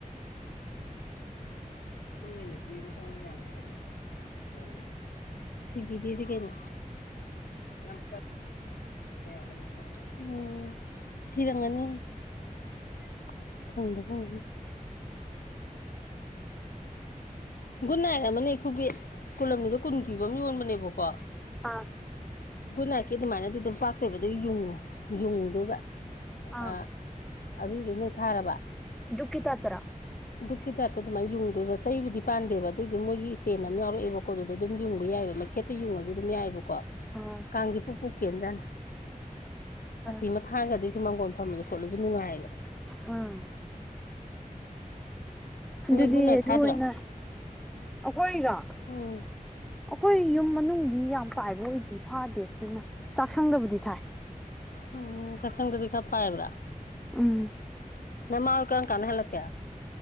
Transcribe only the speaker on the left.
<unintelligible> ꯅꯨꯄꯤꯑꯃ ꯊꯧꯔꯤ ꯌꯥꯜꯂꯦ ꯍꯥꯏꯗꯨꯕꫭ ꯃꯧꯅꯦ ꯊꯤꯕꯤꯒꯤꯗꯤ ꯀꯩꯅꯣ ꯌꯥꯝ <unintelligible> ꯎꯝ ꯊꯤꯔꯝꯒꯅꯤ <unintelligible> ꯐꯪꯗꯕ ꯑꯣꯏꯔꯝꯅꯤ ꯒꯨꯠ ꯅꯥꯏꯠ ꯑꯃꯅꯦ ꯑꯩꯈꯣꯏꯒꯤ ꯀꯨꯂꯝꯃꯤꯗ ꯀꯨꯟ ꯄꯤꯕ ꯑꯃ ꯌꯣꯟꯕꯅꯦꯕꯀꯣ
ꯒꯨꯗ ꯅꯥꯏꯠꯀꯤ ꯑꯗꯨꯃꯥꯏꯅꯗꯤ ꯑꯗꯨꯝ ꯄꯥꯛꯇꯣꯏꯕ ꯑꯗꯨꯨꯒ ꯌꯨꯡꯉꯨ ꯌꯨꯡꯗꯣꯏꯕ
ꯑ ꯑꯗꯨꯏꯗꯨ ꯅꯣꯏ ꯊꯥꯔꯕ
ꯗꯨꯛꯀꯤ ꯇꯥꯏꯞꯇ ꯗꯨꯃꯥꯏ ꯌꯨꯡꯗꯨꯏꯕ ꯆꯩꯕꯨꯗꯤ ꯄꯥꯟꯗꯦꯕ ꯑꯗꯨꯏꯗꯣ ꯃꯣꯏꯒꯤ ꯏꯁꯇꯦꯟ ꯑꯃ ꯌꯥꯎꯔꯑꯦꯕꯀꯣ ꯑꯗꯨꯗ ꯑꯗꯨꯝ ꯌꯨꯡꯕ ꯌꯥꯏꯕ ꯃꯈꯦꯠꯇ ꯌꯨꯡꯉꯁꯨ ꯑꯗꯨꯝ ꯌꯥꯏꯌꯦꯕꯀꯣ ꯀꯣ
ꯀꯥꯡꯖꯦ ꯄꯨꯞ ꯄꯨꯞ ꯀꯦꯟꯖꯥꯠꯅꯤ ꯑꯁꯤꯃꯅ
ꯊꯥꯡꯒꯗꯤꯁꯨ ꯃꯪꯒꯣꯟ ꯐꯝꯂꯁꯨ ꯈꯣꯠꯂꯁꯨ ꯅꯨꯡꯉꯥꯏꯌꯦꯕ
ꯅꯣꯏ ꯒꯨꯗ ꯅꯥꯏꯠ
ꯊꯥꯗ꯭ꯔꯣ
ꯎꯝ
ꯎꯝ ꯆꯛꯁꯪꯗꯗꯤ ꯈꯔ ꯄꯥꯏꯕ꯭ꯔꯥ
ꯅꯃꯥ ꯀꯔꯝꯀꯥꯟꯗ ꯍꯜꯂꯛꯀꯦ